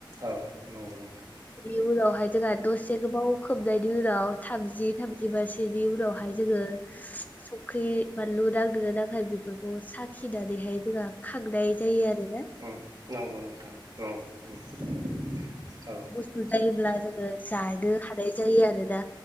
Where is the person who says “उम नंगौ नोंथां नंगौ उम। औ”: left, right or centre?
Right